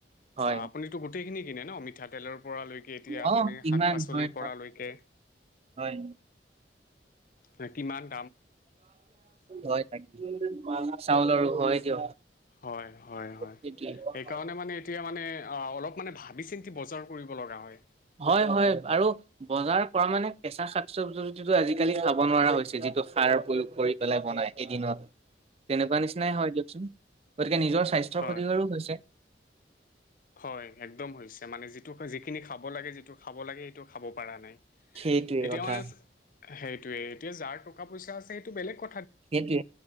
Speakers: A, on the right; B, on the left.
A: হয়
B: অ', আপুনিতো গোটেইখিনি কিনে ন? মিঠাতেলৰ পৰা লৈকে এতিয়া
A: অ
B: আপুনি
A: ইমান
B: শাক পাচলিৰ
A: হয়
B: পৰা
A: হয়
B: লৈকে।
A: হয়।
B: কৃত্ৰিমান
A: <unintelligible> চাউল আৰু হয়, দিয়ক।
B: হয়, হয়, হয়।
A: সেইটোৱে
B: সেইকাৰণে মানে এতিয়া মানে অলপ মানে ভাবি চিন্তি বজাৰ কৰিব লগা হয়।
A: হয়, হয়, আৰু বজাৰ কৰা মানে কেঁচা শাক <unintelligible> আজিকালি খাব নোৱাৰা হৈছে যিটো সাৰ প্ৰয়োগ কৰি পেলাই বনাই, এদিনত। তেনেকুৱা নিচিনাই হয় দিয়কচোন। গতিকে নিজৰ স্বাস্থ্যৰ
B: হয়
A: ক্ষতিকাৰোঁ হৈছে।
B: হয়, একদম হৈছে মানে যিটো যিখিনি খাব লাগে, যিটো খাব লাগে সেইটো খাব পাৰা নাই,
A: সেইটোৱে
B: এতিয়া
A: কথা
B: মানে সেইটোয়ে এতিয়া যাৰ টকা পইচা আছে, সেইটো বেলেগ ক
A: সেইটোৱে